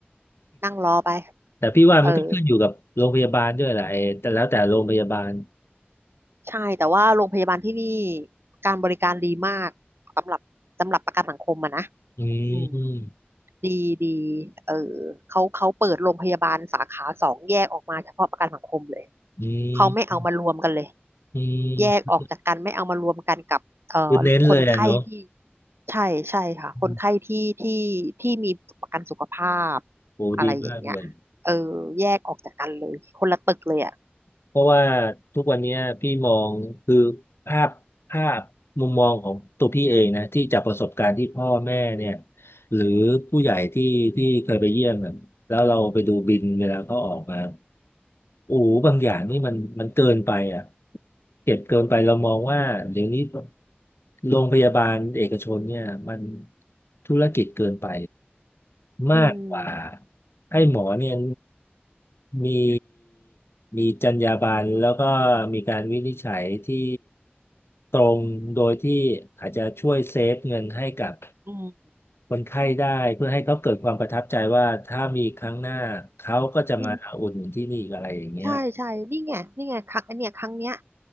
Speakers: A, on the right; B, on the left.
A: นั่งรอไป
B: แต่พี่ว่ามันก็ขึ้นอยู่กับโรงพยาบาลด้วยแหละไอ้แต่แล้วแต่โรงพยาบาล
A: เออ ใช่แต่ว่าโรงพยาบาลที่นี่การบริการดีมากสำหรับสำหรับประกันสังคมอะนะ
B: อื
A: อืม
B: ม
A: ดีดีเออเขาเขาเปิดโรงพยาบาลสาขาสองแยกออกมาเฉพาะประกันสังคมเลย
B: อื
A: เขาไม่เอามารวมกันเลย
B: มอื
A: แยกออกจากกันไม่เอามารวมกันกับเอ่อคนไข้ที่
B: มคือเน้นเลยอะเนาะ
A: ใช่ใช่ค่ะคนไข้ที่ที่ที่มีประกันสุขภาพ
B: อืมโอ้ดีมากเลย
A: อะไรอย่างเงี้ยเออแยกออกจากกันเลยคนละตึกเลยอ่ะ
B: เพราะว่าทุกวันเนี้ยพี่มองคือภาพภาพมุมมองของตัวพี่เองนะที่จากประสบการณ์ที่พ่อแม่เนี่ย หรือผู้ใหญ่ที่ที่เคยไปเยี่ยมน่ะแล้วเราไปดูบินเวลาเขาออกมาโอ้โหบางอย่างนี่มันมันเกินไปอ่ะเก็บเกินไปเรามองว่าเดี๋ยวนี้โรงพยาบาลเอกชนเนี่ยมันธุรกิจเกินไปมากกว่า
A: อืม
B: ให้หมอเนี่ยมีมีจรรยาบรรณแล้วก็มีการวินิจฉัยที่ตรงโดยที่อาจจะช่วยเซฟเงินให้กับ
A: อื
B: คนไข้ได้เพื่อให้เขาเกิดความประทับใจว่าถ้ามีครั้งหน้าเขาก็จะมาอุดหนุนที่นี่อีกอะไรอย่างเงี้ย
A: ม ใช่ใช่ นี่ไงนี่ไงครั้งอันเนี้ยครั้งเนี้ย